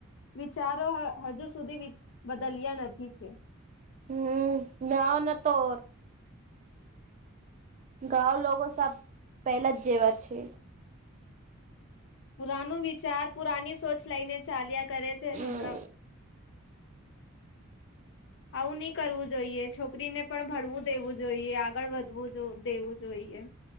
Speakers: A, on the left; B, on the right.
A: વિચારો હજુ સુધી બદલ્યા નથી છે.
B: હમ, મે ઓ ના તોર ગાઉ લોકો સાબ પેલા જ જેવા છે.
A: પુરાનું વિચાર પુરાની સોચ લઈને ચાલ્યા કરે છે,
B: હમ
A: હમણા આવું નહી કરવું જોઈએ છોકરીને, પણ ભણવું દેવું જોઈએ આગળ વધવું દેવું જોઈએ યે